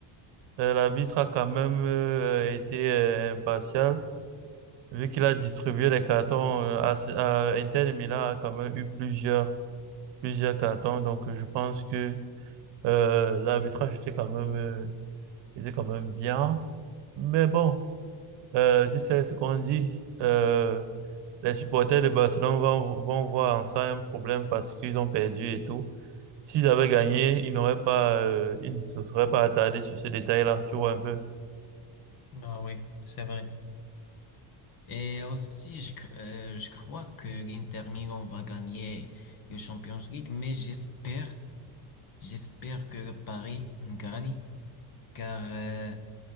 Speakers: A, on the right; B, on the left.
A: euh, l'arbitre a quand même euh, été euh, impartial, vu qu'il a distribué les cartons euh, à, à Inter de Milan, a quand même eu plusieurs, plusieurs cartons, donc euh, je pense que Euh, l'arbitrage était quand même, euh, était quand même bien. Mais bon, euh, tu sais ce qu'on dit. euh, les supporters de Barcelone vont, vont voir en ça un problème parce qu'ils ont perdu et tout. S'ils avaient gagné, ils n'auraient pas, euh, ils ne se seraient pas attardés sur ces détails-là, tu vois un peu.
B: Ah oui, c'est vrai. Et aussi, je, cr- euh, je crois que l'Inter Milan va gagner le Champions League, mais j'espère, j'espère que le Paris gagne, car, euh,